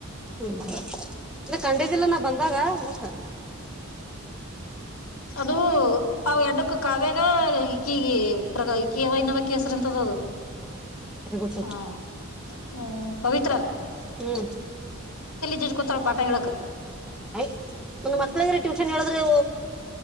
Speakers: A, in the centre; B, on the left (about 85°).
A: ಹ್ಮ್ -ಅ್ರ- ಕಂಡದಿಲ್ಲ- ನಾ -ಬಂದಾಗ ಅದಕ್ಕ
B: ಕಿ ಅದು ಅವ ಎಡ್ಡಕ್ಕ ಕಾವ್ಯಾಗ ಈಕೀಗ- ಪ್ರ- ಈಕಿವ ಇನ್ನ ಬಕ್ ಹೆಸ್ರ ಅಂತದ ಅದು.
A: ಹೆ- ಕತ
B: ಹ ಹ್ಮ -ಪವಿತ್ರ
A: ಹ್ಮ್
B: ಜಜ್ಕೊತಾಳ ಪಾಠ ಹೇಳಕ್.
A: ಆಯ್ ಒಂದು ಮಕ್ಳಗ್ರ ಟ್ಯೂಷನ್ ಹೇಳಿದರು